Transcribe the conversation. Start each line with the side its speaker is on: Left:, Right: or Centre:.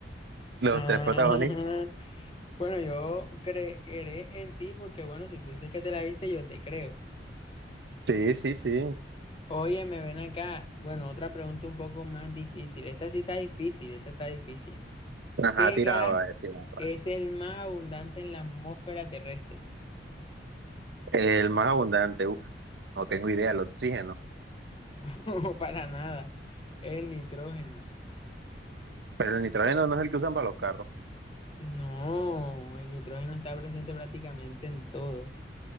Right: Los
Left: Ah,
Right: tres protagonistas.
Left: <laughs> bueno, yo creeré en ti porque, bueno, si tú dices que te la viste, yo te creo.
Right: Sí, sí, sí.
Left: Óyeme, ven acá. Bueno, otra pregunta un poco más difícil. Esta sí está difícil, esta está difícil.
Right: Ajá,
Left: ¿Qué
Right: tírala,
Left: gas
Right: va, tírala, va.
Left: es el más abundante en la atmósfera terrestre?
Right: El más abundante, uff, no tengo idea, el oxígeno.
Left: <laughs> No, para nada. Es el nitrógeno.
Right: Pero el nitrógeno no es el que usan para los carros.
Left: No, el nitrógeno está presente prácticamente en todo,